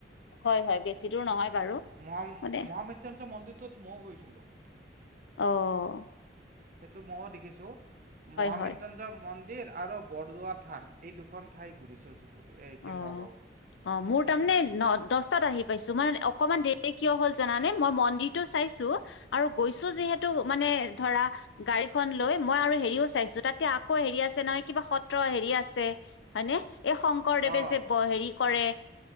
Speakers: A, on the left (about 80°); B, on the right (about 45°).
A: হয় হয় বেছি দূৰ নহয় বাৰু
B: ম-
A: মানে
B: মহা মহামৃত্যুঞ্জয় মন্দিৰটোত মইও গৈছিলোঁ।
A: আহ।
B: সেইটো মইও দেখিছো মহামৃত্যুঞ্জয়
A: হয়
B: মন ডেৰ আৰু বৰদোৱা থান এই দুখন ঠাই ঘূৰিছোঁ ধুবুৰী এই কি
A: অ
B: নগাঁওৰ।
A: অ মোৰ তাৰমানে
B: উম,
A: ন দহটাত আহি পাইছো মানে অকমান দেৰি কিয় হ'ল জানানে মই মন্দিৰটো চাইছো আৰু গৈছো যিহেতু মানে ধৰা গাড়ী খন লৈ মই আৰু হেৰিও চাইছো তাতে আকৌ হেৰি আছে নহয় কিবা সত্ৰ হেৰি আছে। হয়নে এই শংকৰদেৱে
B: অ',
A: যে ব হেৰি কৰে